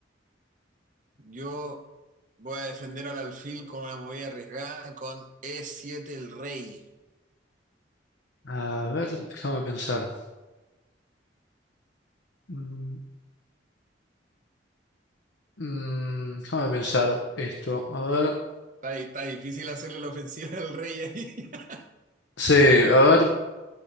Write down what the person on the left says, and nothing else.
A ver, déjame pensar. Mm, mm, déjame pensar esto. A ver.
Sí, a ver.